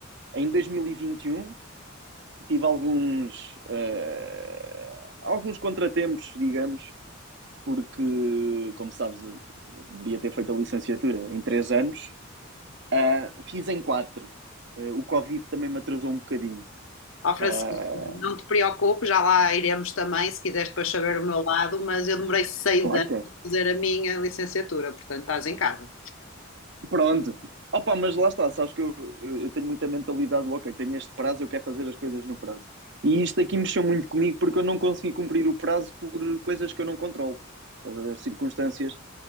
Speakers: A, on the right; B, on the left.
A: Em 2021 tive alguns, eh, alguns contratempos, digamos, porque, como sabes, eu deveria ter feito a licenciatura em três anos. Ah, fiz em quatro. Eh, o Covid também me atrasou um bocadinho.
B: Ó, Francisco,
A: Ah,
B: não te preocupes, já lá iremos também, se quiseres depois saber o meu lado, mas eu demorei seis
A: claro
B: anos a fazer a minha licenciatura, portanto estás em casa.
A: Pronto. Opa, mas lá está, sabes que eu, eu eu tenho muita mentalidade do ok, tenho este prazo, eu quero fazer as coisas no prazo. E isto aqui mexeu muito comigo porque eu não consegui cumprir o prazo por coisas que eu não controlo. Estás a ver? Circunstâncias.